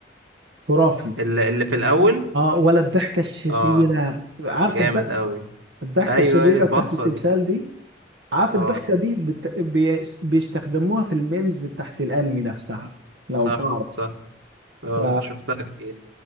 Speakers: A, on the right (about 65°); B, on the right (about 80°).
A: خرافي
B: اللي, اللي في الأول
A: اه ولا الضحكة الشريرة
B: اه
A: عارف
B: جامد أوي
A: الضحكة
B: أيوه
A: الشريرة
B: أيوه البصة
A: بتاعت التمثال
B: دي
A: دي عارف
B: اه
A: الضحكة دي بت... بي... بيستخدموها في الميمز بتاعت الأنمي نفسها لو
B: صح
A: تعرف
B: صح اه
A: ف...
B: شفتها كتير